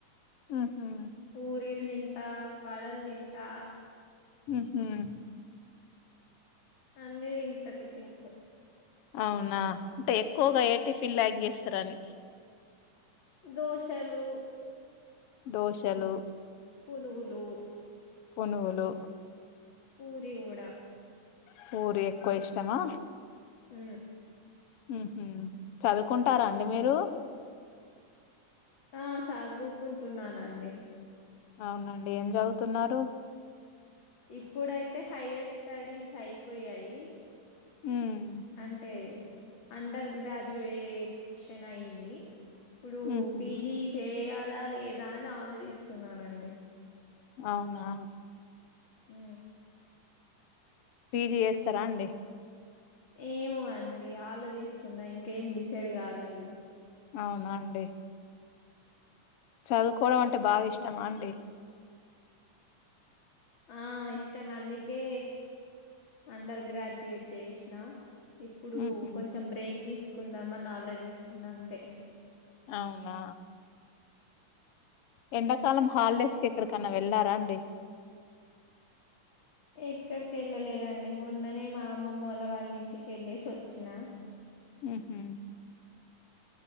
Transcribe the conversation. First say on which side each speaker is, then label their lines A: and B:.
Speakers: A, on the left; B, on the left.
A: ఉహు
B: పూరిల్ తింటా వాడల్ తింటా
A: ఉహుమ్
B: అన్ని తింటా టిఫిన్స్
A: అవునా అంటే ఎక్కువగా ఏ టిఫిన్ లైక్ చేస్తారని
B: దోశలు
A: దోశలు
B: పునుగులు
A: పొనుగులు
B: పూరి వడా
A: పూరి ఎక్కువ ఇష్టమా
B: ఊ
A: ఉహు చదువుకుంటారా అండి మీరు
B: ఆ సదువుకుంటున్నానండి
A: అవునండి ఏం చదువుతున్నారు
B: ఇప్పుడైతే హయర్ స్టడీస్ అయిపోయాయి
A: ఉమ్
B: అంటే అండర్ గ్రాడ్యుయేట్షన్ అయింది ఇప్పుడు
A: ఉహు
B: పీజీ చేయాలా లేదా అని ఆలోచిస్తున్నానండి
A: అవునా
B: ఉ
A: పీజీ చేస్తారా అండి
B: ఏమో అండి ఆలోచిస్తున్నా ఇంకేం డిసైడ్ కాలేదు
A: అవునా అండి చదువుకోవడం అంటే బాగా ఇష్టమా అండి
B: ఆ ఇష్టం అందుకే అండర్ గ్రాడ్యుయేట్ చేసిన ఇప్పుడు
A: ఉహు
B: కొంచెం బ్రేక్ తీసుకుందామనీ ఆలోచిస్తున్న అంతే
A: అవునా ఎండాకాలం హాలిడేస్ కి ఏక్కడికన్నా వెళ్ళారా అండి
B: ఏక్కడికి వెళ్ళలేదండి మొన్ననే మా అమ్మమ్మ ఓళ్ళ వాళ్ళ ఇంటికి వెళ్ళేసి వచ్చినా
A: ఉహు